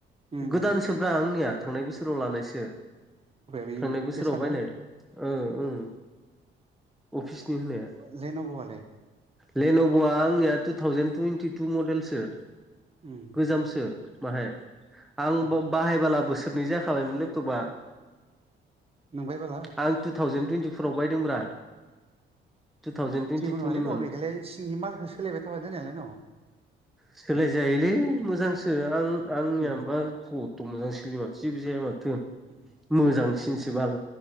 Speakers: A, on the right; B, in the centre.
A: मबेया
B: गोदान सो हा आंनिया थांनाय बोसोराव लानायसो
A: बे
B: थांनाय बोसोराव
A: एसारा
B: बायनाय ओं अफिसनि होनाया
A: लेनांगौवालाय
B: लेन'भ'आ आंनिया टु थावजेन टुवइन्टि टु मडेलसो
A: उओम
B: गोजामसो माहाय आं
A: उम
B: बाहायबोला बोसोरनै जाखाबायमोन लेपटपा
A: नोंफाय बाल
B: आं ु थावजेन टुवेटिराव बायदोंब्रा टु थावजेन टुइन्टिटुनिमोन
A: जेबो नङालै दङ बेखायलाय सिंनि मालखौो सोलायबाय थाबायानो जानायालाय न
B: सोलायजायोलै मोजांसो आं आंनियााबा
A: उम
B: कट ' मोजां सोलियोा जेबो जाया माथो
A: उ
B: मोजांसिनसो बाल